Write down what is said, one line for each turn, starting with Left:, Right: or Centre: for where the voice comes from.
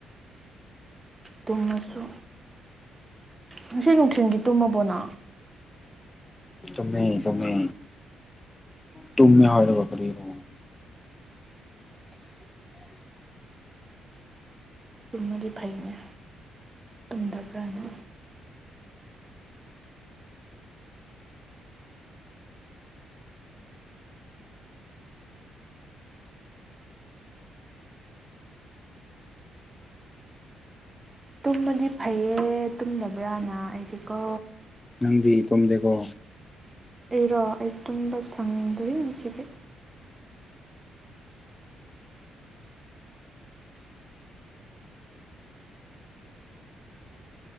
Right: ꯇꯨꯝꯃꯁꯨ ꯉꯁꯤ ꯅꯨꯡꯊꯤꯜꯗꯤ ꯇꯨꯝꯃꯕꯣꯅ
Left: ꯇꯨꯃꯦ ꯇꯨꯃꯦ ꯇꯨꯃꯦ ꯍꯥꯏꯔꯥꯒ ꯀꯥꯔꯤꯔꯣ
Right: ꯇꯨꯝꯃꯗꯤ ꯐꯩꯅꯦ ꯇꯨꯝꯗꯕ꯭ꯔꯥꯅ ꯇꯨꯝꯃꯗꯤ ꯐꯩꯌꯦ ꯇꯨꯝꯗꯕ꯭ꯔꯥꯅ ꯑꯩꯗꯤꯀꯣ
Left: ꯅꯪꯗꯤ ꯇꯨꯝꯗꯦꯀꯣ
Right: ꯑꯩꯔꯣ ꯑꯩ ꯇꯨꯝꯕ ꯁꯪꯗꯔꯤ ꯉꯁꯤꯗꯤ